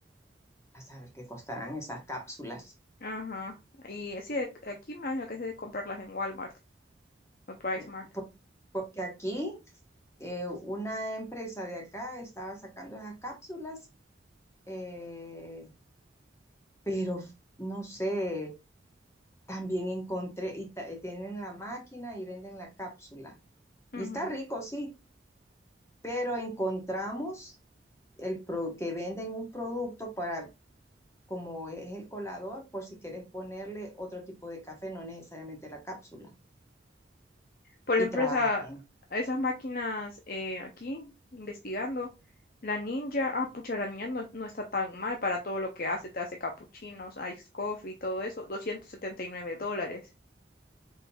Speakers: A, on the left (about 15°); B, on the left (about 50°).
A: a saber qué costarán esas cápsulas.
B: Ajá. Y sí, ac- aquí me imagino que es de comprarlas en Walmart o PriceMart.
A: Mm, Por- porque aquí Eh, una empresa de acá estaba sacando esas cápsulas, eh, pero no sé, también encontré, y ta- eh, tienen la máquina y venden la cápsula.
B: Mart.
A: Y está rico, sí, pero encontramos el pro- que venden un producto para, como es el colador, por si quieres ponerle otro tipo de café, no necesariamente la cápsula,
B: Por
A: y
B: ejemplo,
A: trabaja
B: esa,
A: bien,
B: esas máquinas eh, aquí, investigando, la ninja, ah, pucha, la ninja no, no está tan mal para todo lo que hace, te hace capuchinos, ice coffee, todo eso, 279 dólares.